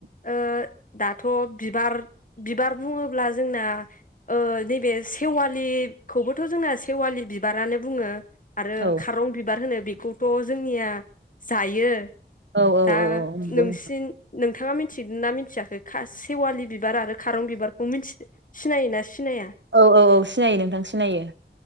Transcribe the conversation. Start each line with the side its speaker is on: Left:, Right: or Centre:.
Left: ओ दाथ' बिबार बिबार बुङोब्ला जोंना ओ नैबे सेवालिखौबोथ' जोंना सेवालि बिबारानो बुङो। आरो
Right: औ
Left: खारं बिबार होनो बेखौथ जोंनिया जायो
Right: औ
Left: दा
Right: औ औ नंगौ
Left: नोंसिन नोंथाङा मिथिगोन ना मिथियाखै? खासि सेवालि बिबार आरो खारं बिबारखौ मिथि सिनायोना सिनाया
Right: औ औ औ सिनायो नोंथां सिनायो।